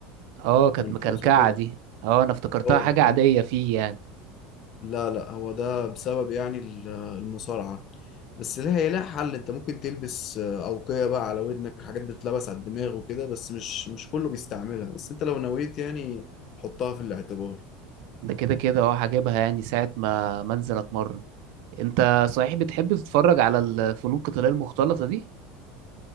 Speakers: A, on the right; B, on the left.
A: اه كانت
B: منفوخه
A: مكلكعه
B: كده
A: دي اه انا افتكرتها
B: اه
A: حاجه عاديه
B: هم...
A: فيه يعني
B: لا لا هو ده بسبب يعني ال- المصارعه بس لها هي لها حل انت ممكن تلبس آه، اوقيه بقى على ودنك حاجات بتتلبس على الدماغ وكده بس مش مش كله بيستعملها بس انت لو نويت يعني حطها في الاعتبار
A: ده كده كده اه هجيبها يعني ساعه ما منزل اتمرن انت صحيح بتحب تتفرج على الفنون القتاليه المختلطه دي